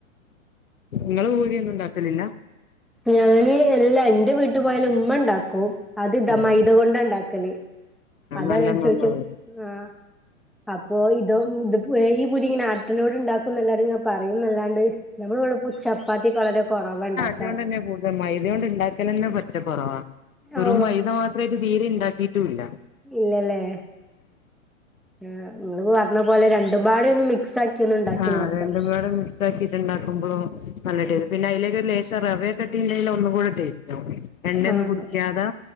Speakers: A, on the left; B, in the centre.
A: നിങ്ങള് ഭൂരിന്നും ഉണ്ടാക്കലില്ല.
B: ഞാൻ എല്ലാ എന്റെ വീട്ടിൽ പോയാലും ഉമ്മ ഉണ്ടാക്കും. അത് ഇതാ
A: ആഹ്
B: മൈത കൊണ്ട ഉണ്ടാക്കല് അത
A: നല്ല
B: ഞാൻ
A: നന്നാവും
B: ചോദിച്ച ആഹ് - അപ്പൊ ഇതോ ഇത് ഈ പുരി ഇങ്ങനെ ആട്ടനോട് ഉണ്ടാക്കും എന്നല്ലാരും ഇങ്ങ പറയുംല്ലാ - നമ്മളവിടെ ചപ്പാത്തി ഒക്കെ വളരെ കുറവണ്ടാക്ക
A: ണ്ട് തന്നെ കൂടുതൽ മൈദ കൊണ്ട് ഉണ്ടാക്കല പറ്റ കുറവാ വെറും
B: ഓ
A: മൈദ മാത്രമായിട്ട് തീരെ ഉണ്ടാക്കിയിട്ടുംല്ല
B: ഇല്ലല്ലേ ആഹ് നിങ്ങൾ പറഞ്ഞ പോലെ രണ്ടുംപാട ഒന്ന് മിക്സ് ആക്കി ഒന്ന് ഉണ്ടാക്കി
A: ആഹ്
B: നോക്കണം
A: രണ്ടും പാടെ ഒന്ന് ക്കിട്ട് ണ്ടാക്കുമ്പോ നല്ല ടേസ്റ്റ് പിന്നെ അതിലേക്ക് ഒരു ലേശം റവയൊക്കെ ഇട്ട് ണ്ടെങ്കിൽ ഒന്നും കൂടെ ടേസ്റ്റ് ആവും എണ്ണ
B: ആഹ്
A: ഒന്നും കുടിക്കാതെ